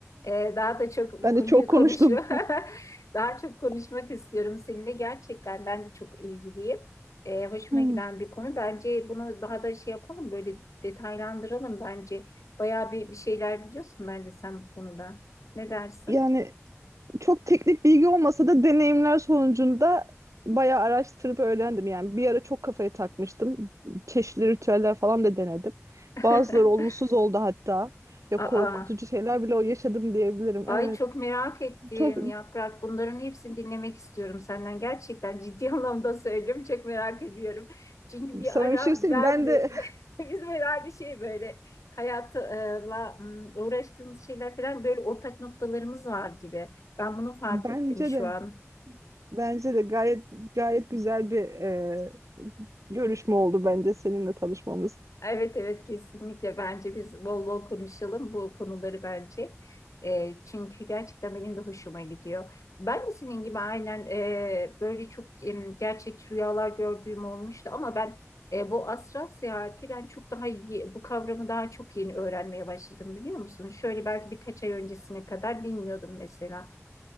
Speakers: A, on the left; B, on the right.
A: E, daha da çok bu
B: Ben
A: konuyu
B: de çok konuştum.
A: konuşuyor. <laughs>
B: <laughs>
A: Daha çok konuşmak istiyorum seninle. Gerçekten ben de çok ilgiliyim. E, hoşuma
B: Hmm.
A: giden bir konu. Bence bunu daha da şey yapalım böyle detaylandıralım bence. Bayağı bir, bir şeyler biliyorsun bence sen bu konuda. Ne dersin?
B: Yani çok teknik bilgi olmasa da deneyimler sonucunda bayağı araştırıp öğrendim. Yani bir ara çok kafaya takmıştım. Çeşitli ritüeller falan da denedim.
A: <laughs>
B: Bazıları olumsuz oldu hatta. Ya korkutucu
A: Aa.
B: şeyler bile o yaşadım diyebilirim.
A: Ay
B: Evet.
A: çok merak ettim
B: Çok
A: Yaprak. Bunların hepsini dinlemek istiyorum senden. Gerçekten ciddi <laughs> anlamda söylüyorum. Çok merak ediyorum. Çünkü bir
B: sana
A: ara
B: bir şey söyleyeyim.
A: ben
B: Ben
A: de
B: de
A: <laughs> bizim herhalde şey böyle hayatla ım, uğraştığımız şeyler falan böyle ortak noktalarımız var gibi. Ben
B: <laughs>
A: bunu fark
B: bence
A: ettim şu
B: de
A: an.
B: bence de gayet gayet güzel bir e, görüşme oldu bence seninle tanışmamız.
A: Evet evet kesinlikle bence biz bol bol konuşalım bu konuları bence. E, çünkü gerçekten benim de hoşuma gidiyor. Ben de senin gibi aynen e, böyle çok em, gerçekçi rüyalar gördüğüm olmuştu ama ben e, bu astral seyahati ben çok daha iyi, bu kavramı daha çok yeni öğrenmeye başladım biliyor musun? Şöyle belki birkaç ay öncesine kadar bilmiyordum mesela.